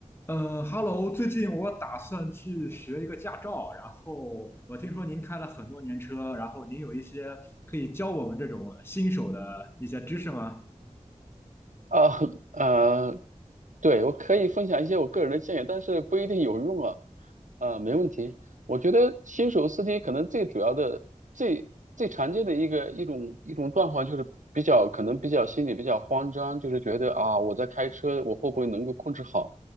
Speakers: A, on the left; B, on the right.
A: 呃，Hello，最近我打算去学一个驾照，然后我听说您开了很多年车，然后您有一些可以教我们这种新手的一些知识吗？
B: 啊，呃，对，我可以分享一些我个人的建议，但是不一定有用啊。啊，没问题。我觉得新手司机可能最主要的、最最常见的一个一种一种状况就是比较可能比较心里比较慌张，就是觉得啊，我在开车，我会不会能够控制好？